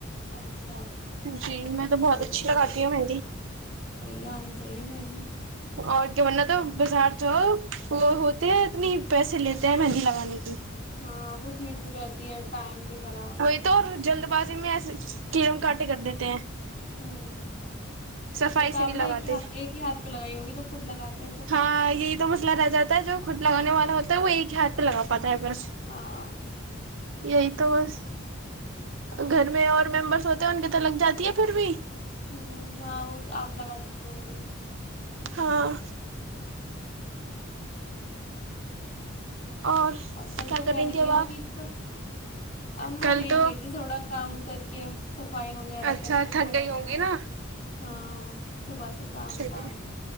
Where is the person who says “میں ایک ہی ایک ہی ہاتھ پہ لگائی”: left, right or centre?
Left